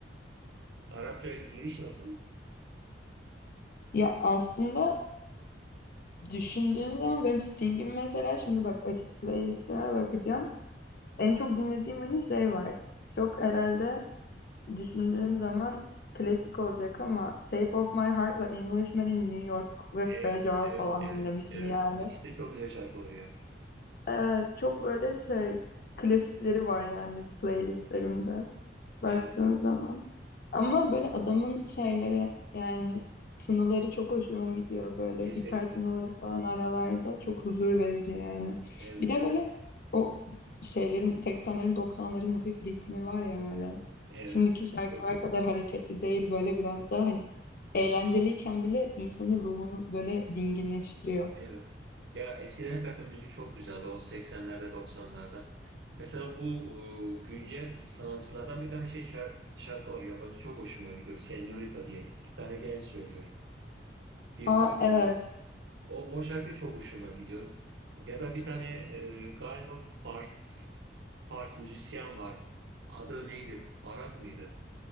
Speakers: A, on the right (about 70°); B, on the left (about 50°).
A: Arapça giriş nasıl?
B: Ya aslında düşündüğün zaman benim Sting'in mesela şimdi bak açık playlistime bakacağım. En çok dinlediğim hani şey var. Çok herhalde düşündüğüm zaman klasik olacak ama Shape of My Heart'la Englishman'in New York ve
A: Evet,
B: Fragile
A: evet,
B: falan
A: evet,
B: dinlemişim
A: evet.
B: yani.
A: İkisi de çok güzel şarkılar ya.
B: Evet, çok böyle şey klasikleri var yani playlistlerimde baktığın
A: Evet,
B: zaman. Ama böyle adamın şeyleri yani tınıları çok hoşuma gidiyor böyle
A: kesinlikle.
B: gitar tınıları falan aralarda çok huzur verici yani.
A: Evet,
B: Bir de böyle o şeylerin 80'lerin 90'ların hafif ritmi var ya böyle.
A: evet.
B: Şimdiki şarkılar
A: Çok
B: kadar hareketli değil böyle biraz daha hani eğlenceliyken bile insanın ruhunu böyle dinginleştiriyor.
A: Evet. Ya eskiden hakikaten müzik çok güzeldi o 80'lerde 90'larda. Mesela bu e, güncel sanatçılardan bir tane şey şar- şarkı var yabancı çok hoşuma gidiyor. Señorita diye iki tane genç söylüyor. Bir
B: Aa
A: bay bir
B: evet.
A: bay. O, o şarkı çok hoşuma gidiyor. Ya da bir tane e, galiba Fars Fars müzisyen var. Adı neydi? Farhat mıydı?